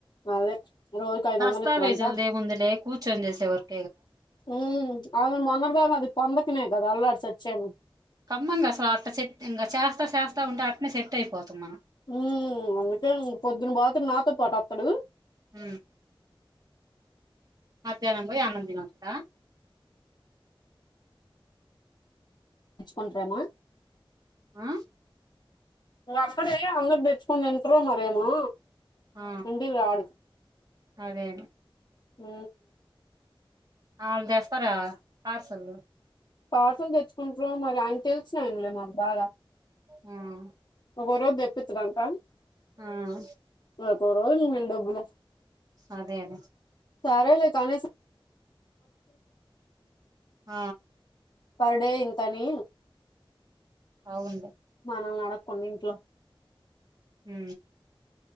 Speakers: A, on the left (about 50°); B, on the right (about 40°).
A: అదే రోజుకి ఐదు
B: దస్తావేజులదేముందులే
A: వందలు ఇత్తరంట
B: కూర్చొని చేసే వరకు
A: ఉమ్ అను మొన్నడుదా అది పొందకనేే కదా అల్లాడు చచ్చేను
B: కమ్మంగా అసలు అట్ చెట్ కింద చేస్తా చేస్తా ఉంటే అట్నే సెట్ అయిపోతాం మనం
A: ఉ అకే పొద్దున బాత్ర నాతో పాటు అతడు
B: హ మధ్యాహ్నం పోయి అన్నందినోత్త
A: కుంటరేమో
B: ఆ
A: అక్కడ అంగ కు నింటరు మరేమో
B: ఆ
A: నుంటికి రాడు
B: అదే
A: హ
B: ఆ వాళ్ళు తెస్తారా పార్సల్
A: పార్సల్ తెచ్చుకుంట్ర మరి ఆయన తెలుసినాయలే మాకు బాగా
B: ఉమ్
A: ఒకరోజు తెప్పించమంటా
B: ఉమ్
A: అ ఒక్కొరోజువిల్ డబ్బులా
B: అదే అదే
A: సారే లేలకాని
B: ఆ
A: పర్ డే ఇంత అని
B: అవునులే
A: మనల్ని అడగకుండా కొన్నింట్లో
B: హ